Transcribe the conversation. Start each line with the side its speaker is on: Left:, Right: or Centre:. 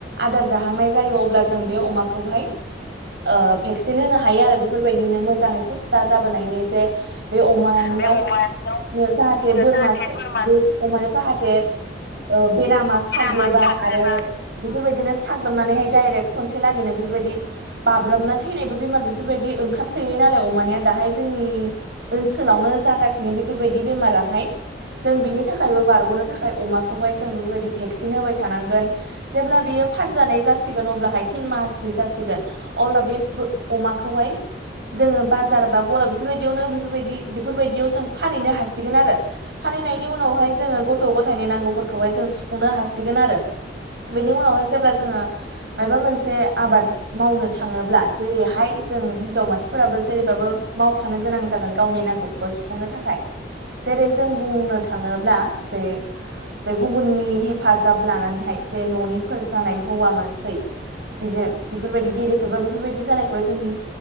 Right: आदार जाहांनाय जायो अब्ला जों बे अमाखौहाय ओ भेक्सिन होनो हायो आरो बेफोरबायदिनो मोजाङै पुस्था जाबोनायनि जे बे अमानियावनो
Left: बे अमायाव
Right: जाहाथे बोरमा
Left: जाहाथे
Right: बे
Left: बोरमा
Right: अमानायाव जाहाथे ओ बेरामा साग्लोबा
Left: बेरामा साग्लोबा
Right: आरो बेफोरबायदिनो
Left: औ
Right: साग्लोबनानैहाय डाइरेक्ट खनसे लागैनो बेफोरबायदि बाब्राबना थैनायबो बेमार बेफोरबायदि ओंखारसोयो नालाय अमानिया दाहाय जोंनि ओनसोलावनो
Left: औ
Right: जागासिनो बेफोरबायदि बेमाराहाय। जों बिनि थाखायबो बारग'नो थाखाय अमाखौहाय जों बेबायदि भेक्सिन होबाय थानांगोन। जेब्ला बियो
Left: औ
Right: फानजानाय जासिगोन अब्लाहाय तिन मासनि जासिगोन। अब्ला बे अमाखौहाय जोङो बाजार बा गला बेफोरबायदि यावनो बेफोरबायदि-बेफोरबायदियाव जों फानहैनो हासिगोन आरो फाननायनि
Left: औ
Right: उनावहाय जोङो ग गथ' गथायनि नांगौफोरखौहाय जों सुफुंनो हासिगोन आरो बेनि
Left: औ
Right: उनावहाय जेब्ला जोङो मायोबा मोनसे आबाद मावनो थाङोब्ला जेरैहाय जों हिनजाव मानसिफोराबो जेरैबाबो माव खानो गोनां जागोन गावनि नांगौखौ सुफुंनो थाखाय। जेरै जों बुंनो थाङोब्ला जे जे गुबुननि हेफाजाब लानानैहाय जे न'निफोर जानाय
Left: औ
Right: हौवा मान बिजे बेफोरबायदि गेदेरफोरबा बेफोरबायदि जानायखौहाय जों हि